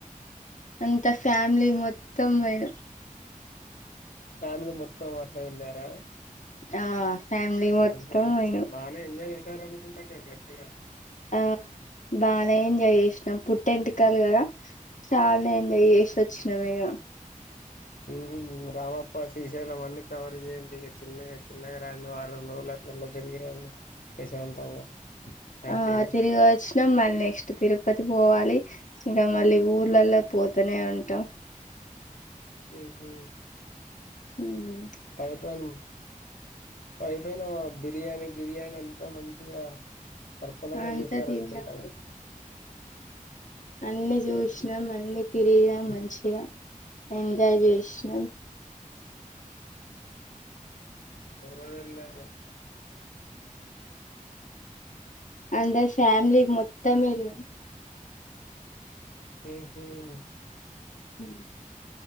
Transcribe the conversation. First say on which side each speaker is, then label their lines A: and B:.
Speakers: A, on the left; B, on the left.
A: అంత ఫ్యామిలీ మొత్తం పోయాం
B: ఫ్యామిలీ మొత్తం అట్లా ఎళ్లారా
A: ఆ ఫ్యామిలీ మొత్తం
B: ముహుం
A: పోయినం
B: బానె ఎంజాయ్ చేశారనుకు కొంచెం గట్టిగా
A: ఆ బానే ఎంజాయ్ చేసినాం పుట్ ఎంటుకలు కదా చానే ఎంజాయ్ జేసొచ్చినం ఇగ
B: ఉమ్ రామప్ప శ్రీశైలం అన్ని కవర్ చేయండి ఇగ చిన్నగ చిన్నగా రాండి వారం రోజులు అట్లల్ల తిరిగి రాండి ప్రశాంతంగా హ్యాపీగా
A: ఆ తిరుగి వచ్చినమ్ మల్ నెక్స్ట్ తిరుపతి పోవాలి. ఇంక మళ్ళీ ఊర్లల్ల పోతనే ఉంటాం.
B: ఉహు
A: హమ్
B: పై పన్ను అయిపోయినాగ బిర్యానీ గిర్యానీ అన్ బా మంచి గా సర్కలంగా
A: అంతా
B: చేసారనుకుంటాను.
A: తిన్నాం అన్ని చూసినాం అన్ని తిరిగినం మంచిగా ఎంజాయ్ చేసినం
B: ఎవరెవరు వెళ్ళారో?
A: అందరు ఫ్యామిలీ మొత్తం వెళ్ళాం.
B: ఉ హుమ్
A: హు